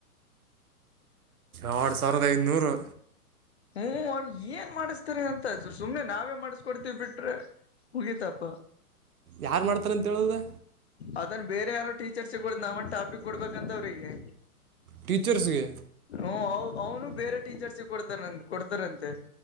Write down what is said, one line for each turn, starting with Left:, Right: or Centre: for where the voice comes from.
Right: ಎರಡು ಸಾವಿರದ ಐದನ್ನೂರು
Left: ಹ್ಮು ಅವ್ ಏನ್ ಮಾಡಿಸ್ತಾರೆ ಅಂತ ಸುಮ್ನೆ ನಾವೇ ಮಾಡಿಸಕೊಡ್ತ ಬಿಟ್ರೆ ಮುಗಿತಪ್ಪ
Right: ಯಾರು ಮಾಡ್ತಾರಂತ ಹೇಳೋದು
Left: ಅದ್ ಅದನ್ ಬೇರೆ ಯಾರೋ ಟೀಚರ್ಸ್ಗೋಲಿಗ್ ನಾವ್ ಟಾಪಿಕ್ ಕೊಡ್ಬೇಕಂತ ಅವರಿಗೆ.
Right: ಟೀಚರ್ಸ್ಗೆ
Left: ಹು ಅವ್ ಅವನು ಬೇರೆ ಟೀಚರ್ಸ್ಗೆ ಕೊಡ್ತಾರ ಕೊಡ್ತಾರಂತೆ.